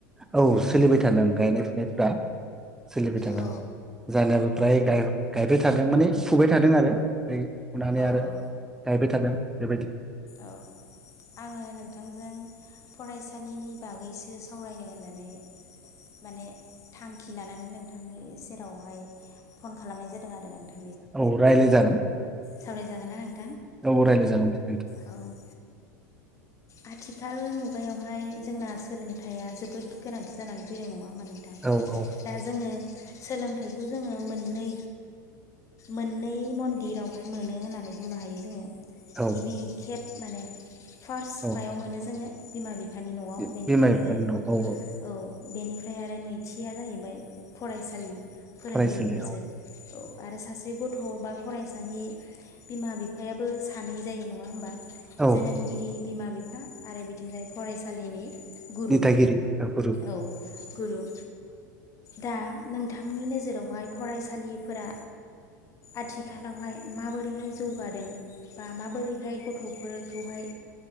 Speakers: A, in the centre; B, on the left.
A: औ सोलिबाय थादों गायनाय फुनायफ्रा। सोलिबाय थादों
B: औ
A: जाहानियाबो प्राय गायबाय थादों माने फुबाय थादों आरो फुनानै
B: औ
A: आरो
B: औ
A: गायबाय थादों बेबायदि
B: औ आङो नोंथांजों फरायसालिनि बागैसो सावरायनो होननानै माने थांखि लानानै नोंथांनि सेरावहाय फन खालामनाय जादों आरो नोंथां
A: औ रायज्लाय जागोन
B: सावरायजागोन आरो ना नों
A: औ रायलाय जागोन दे नोंथां
B: औ आथिखाल मुगायावहाय जोंना सोलोंथाइया जोबोद गोनांथि जानानै फैनाय नङा होमबा नोंथां
A: औ औ
B: दा जोङो सोलोंथाइखौ जोङो मोननै मोननै मन्दिरावहाय मोनो होननानै बुंनो हायो जोङो
A: औ
B: गिबि खेत माने फार मायाव
A: औ
B: मोनो जोङो बिमा बि बिफानि नआव
A: बिमा
B: बेनिफ्राय
A: बिफानिनाव
B: आरो
A: औ
B: औ बेनिफ्राय आरो नैथिया जाहैबाय फरायसालि फोरोंगिरिफोरजों
A: फरायसालियाव
B: औ आरो सासे गथ बा फरायसानि बिमा बिफायाबो सानै जायो नङा होमबा
A: औ
B: जोनोमगिरि बिमा बि बिफा आरो बिथिंजाय फरायसालिनि गुरु
A: दिथागिरि गुरु
B: औ गुरु दा नोंथांनि नोजोरावहाय फरायसालिफोरा आथिखालावहाय माबोरैहाय जौगादों बा माबोरैहाय गथफोरखौहाय